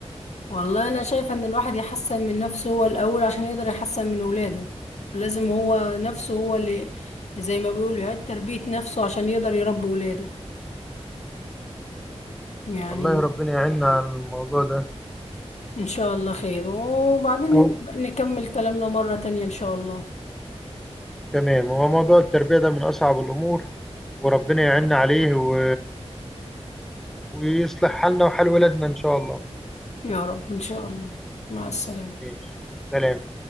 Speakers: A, on the left; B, in the centre.
A: والله انا شايفه ان الواحد يحسن من نفسه هو الاول عشان يقدر يحسن من اولاده ولازم هو نفسه هو اللي زي ما بيقولوا يعيد تربيه نفسه عشان يقدر يربي اولاده يعني
B: والله ربنا يعيننا عن الموضوع ده
A: ان شاء الله خير وبعدين نبقى
B: أو
A: نكمل كلامنا مره تانية ان شاء الله
B: تمام هو موضوع التربية ده من أصعب الأمور وربنا يعيننا عليه و... ويصلح حالنا وحال ولادنا إن شاء الله
A: يا رب ان شاء الله مع السلامه
B: ماشي سلام